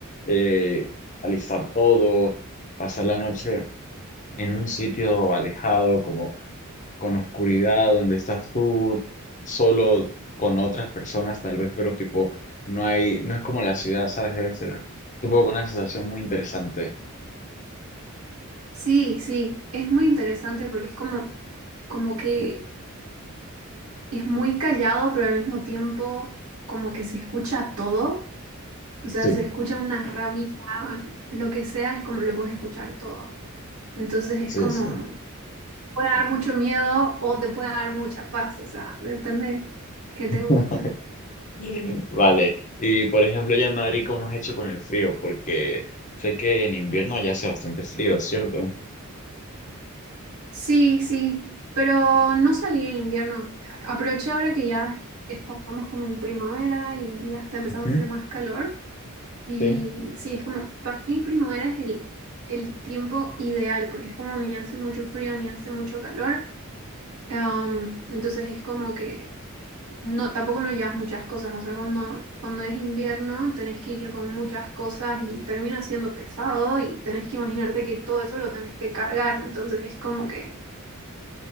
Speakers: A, on the left (about 35°); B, on the right (about 80°).
A: eh, alistar todo, pasar la noche. en un sitio alejado, como con oscuridad, donde estás tú solo con otras personas tal vez, pero tipo, no hay, no es como la ciudad, ¿sabes? Debe ser, supongo, una sensación muy interesante.
B: Sí, sí, es muy interesante porque es como, como que es muy callado, pero al mismo tiempo como que se escucha todo. O sea,
A: Sí,
B: se escucha una ramita, lo que sea, es como lo puedes escuchar todo. Entonces es
A: sí,
B: como,
A: sí.
B: puede dar mucho miedo o te puede dar mucha paz, o sea, depende que te
A: <laughs>
B: gusta.
A: Mm. Vale, y por ejemplo, ya en Madrid, ¿cómo has hecho con el frío? Porque sé que en invierno ya hace bastante frío, ¿cierto?
B: Sí, sí, pero no salí en invierno. A- Aproveché ahora que ya estamos como en primavera y que ya está empezando
A: Ujú,
B: a hacer más calor. Y
A: Sí,
B: sí, es como, para mí primavera es el, el tiempo ideal, porque es como ni hace mucho frío ni hace mucho calor. Am, entonces es como que no, tampoco no llevas muchas cosas. O sea, cuando, cuando es invierno tenés que ir con muchas cosas y termina siendo pesado y tenés que imaginarte que todo eso lo tenés que cargar. Entonces es como que...